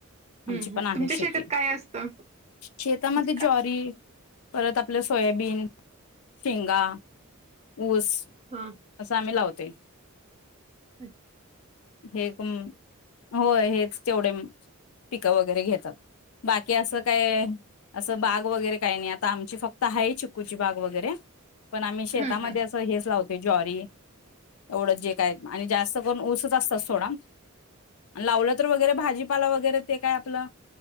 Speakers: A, on the right; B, on the left.
A: हम्म
B: आमची
A: हम्म
B: पण आहे
A: तुमच्या
B: शेती
A: शेतात काय असतं
B: शेतामध्ये
A: म्हणजे काय?
B: ज्ारी परत आपलं सोयाबीन शेंगा ऊस
A: हा
B: असं आम्ही लावते
A: अच्छा
B: हे कूम होय हेच तेवढे पिकं वगैरे घेत चा बाकी असं काय असं बा वगैरे काही नाही आमची फक्त आता आहे चीकूची बाग वगैरे? पण आम्ही शेतामध्ये
A: हम्म
B: असं हेच लावतो ज्वारी एवढं जे काय आणि जास्त पण ऊस जास्त सोडा आणि लावलं तर वगैरे भाजीपाला वगरे ते काय आपलं